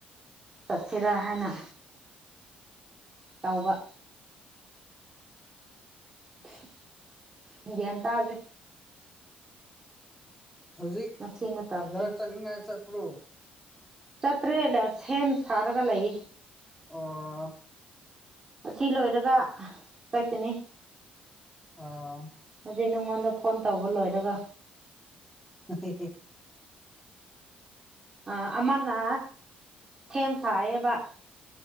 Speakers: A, on the right (about 20°); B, in the centre.
A: ꯆꯠꯁꯤꯔꯥ ꯍꯥꯏꯅ ꯇꯧꯕ <unintelligible> ꯒ꯭ꯌꯥꯟ ꯇꯥꯗ꯭ꯔꯦ
B: ꯍꯧꯖꯤꯛ
A: ꯃꯁꯤꯅ ꯇꯧꯁꯤ
B: ꯕꯖꯥꯔ ꯆꯠꯅꯤꯉꯥꯏ ꯆꯠꯄ꯭ꯔꯣ
A: ꯆꯠꯇ꯭ꯔꯦ ꯁꯦꯝ ꯁꯥꯔꯒ ꯂꯩ
B: ꯑꯣ
A: ꯑꯁꯤ ꯂꯣꯏꯔꯒ ꯆꯠꯀꯅꯤ
B: ꯑ
A: ꯍꯧꯖꯤꯛ ꯅꯉꯣꯟꯗ ꯐꯣꯟ ꯇꯧꯕ ꯂꯣꯏꯔꯒ
B: <unintelligible>
A: ꯑ ꯑꯃꯅ ꯊꯦꯝ ꯁꯥꯥꯏꯌꯦꯕ